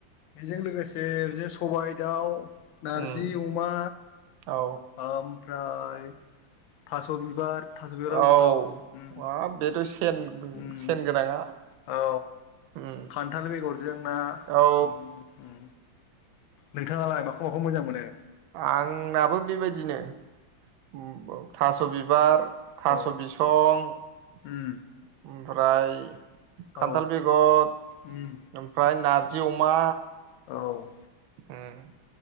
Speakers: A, on the left; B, on the right.
A: बेजों लोगोसे बिदिनो सबाय दाउ नारजि
B: उम
A: अमा
B: औ
A: ओमफ्राय थास' बिबार थास' बिबाराबो
B: औ
A: गोथाव उम
B: हाब बेथ' सेन
A: उम
B: सेन गोनाङा
A: औ
B: उम
A: खान्थाल बेगरजों ना
B: औ
A: उम उम नोंथांङालाय माखौ माखौ मोजां मोनो?
B: आंनाबो बेबायदिनो उम ब थास' बिबार थास'
A: औ
B: बिसं ओमफ्राय
A: उम
B: खान्थाल
A: औ
B: बेगर
A: उम
B: ओमफ्राय नारजि अमा
A: औ
B: उम